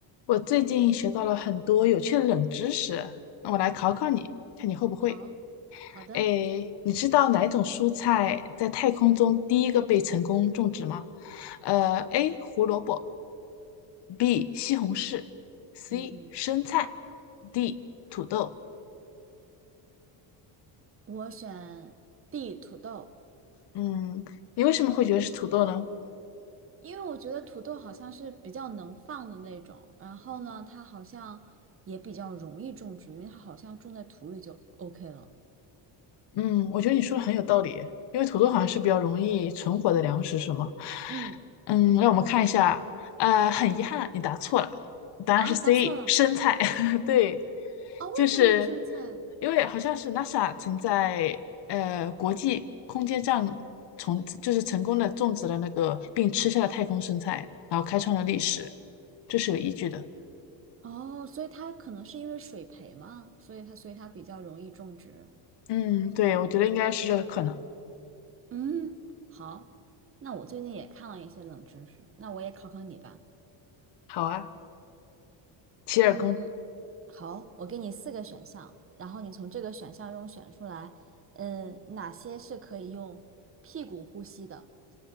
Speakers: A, on the left; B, on the right.
A: 我最近学到了很多有趣的冷知识，那我来考考你，看你会不会。
B: 好好的，
A: 诶，你知道哪一种蔬菜在太空中第一个被成功种植吗？呃，A. 胡萝卜，B. 西红柿，C.
B: 嗯哼，
A: 生菜，D. 土豆。
B: 我选 D 土豆，
A: 嗯，你为什么会觉得是土豆呢？
B: 因为我觉得土豆好像是比较能放的那种，然后呢，它好像也比较容易种植，因为它好像种在土里就 OK 了。
A: 嗯，我觉得你说的很有道理，因为土豆好像是比较容易存活的粮食，是吗？
B: 嗯，
A: 嗯，让我们看一下，呃，很遗憾，你答错了，答案是
B: 啊，
A: C，
B: 答错了，
A: 生菜。<laughs> 对，
B: 哦，为什么是生菜？
A: 就是因为好像是 NASA 曾在呃国际空间站从就是成功的种植了那个并吃下了太空生菜，然后开创了历史，这是有依据的。
B: 哦，所以它可能是因为水培嘛，所以它所以它比较容易种植。
A: 嗯，对，我觉得应该是这个可能。
B: 嗯，好，那我最近也看了一些冷知识，那我也考考你吧。
A: 好啊，洗耳恭
B: 嗯，好，我给你四个选项，然后你从这个选项中选出来，嗯，哪些是可以用屁股呼吸的？